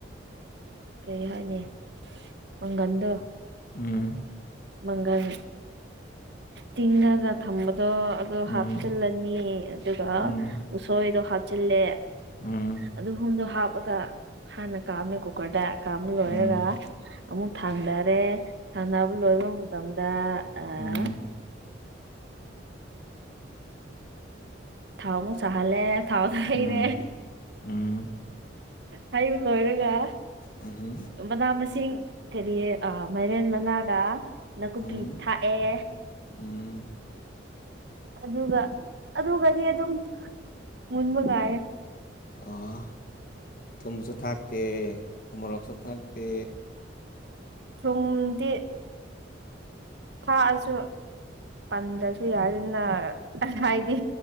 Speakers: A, on the right (about 60°); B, on the left (about 45°).
A: ꯀꯩ ꯍꯥꯏꯅꯤ ꯃꯪꯒꯟꯗꯣ
B: ꯎꯝ
A: ꯃꯪꯒꯟ ꯇꯤꯡꯉꯒ ꯊꯝꯕꯗꯣ ꯑꯗꯨ
B: ꯎꯝ
A: ꯍꯥꯞꯆꯤꯜꯂ ꯅꯤ ꯑꯗꯨꯒ
B: ꯎꯝ
A: ꯎꯁꯣꯏꯗꯣ ꯍꯥꯞꯆꯤꯜꯂꯦ
B: ꯎꯝ
A: ꯑꯗꯨ ꯍꯨꯝꯗꯣ ꯍꯥꯞꯄꯒ ꯍꯥꯟꯅ ꯀꯥꯝꯃꯦ ꯀꯨꯀꯔꯗ ꯀꯥꯝꯕ ꯂꯣꯏꯔꯒ
B: ꯎꯝ
A: ꯑꯃꯨꯛ ꯊꯥꯡꯗꯔꯦ ꯊꯥꯡꯗꯕ ꯂꯣꯏꯕ ꯃꯇꯝꯗ ꯑꯥ
B: ꯎꯝ ꯎꯝ
A: ꯊꯥꯎ ꯑꯃꯨꯛ ꯁꯥꯍꯜꯂꯦ ꯊꯥꯎꯗꯣ ꯍꯩꯔꯦ
B: ꯎꯝ ꯎꯝ
A: ꯍꯩꯕ ꯂꯣꯏꯔꯒ
B: ꯎꯝꯍꯨꯝ
A: ꯃꯅꯥ ꯃꯁꯤꯡ ꯀꯔꯤ ꯑ ꯃꯥꯏꯔꯦꯟ ꯃꯅꯥꯒ ꯅꯥꯀꯨꯞꯄꯤ
B: ꯎꯝ
A: ꯊꯥꯛꯑꯦ
B: ꯎꯝ
A: ꯑꯗꯨꯒ ꯑꯗꯨꯒꯗꯤ ꯑꯗꯨꯝ ꯃꯨꯟꯕ ꯉꯥꯏꯔꯦ
B: ꯑꯣ ꯊꯨꯝꯁꯨ ꯊꯥꯛꯇꯦ ꯎꯃꯣꯔꯣꯛꯁꯨ ꯊꯥꯛꯇꯦ
A: ꯊꯨꯝꯗꯤ ꯊꯥꯛꯑꯁꯨ ꯄꯟꯗ꯭ꯔꯁꯨ ꯌꯥꯔꯦꯗꯅ ꯍꯥꯏꯗꯤ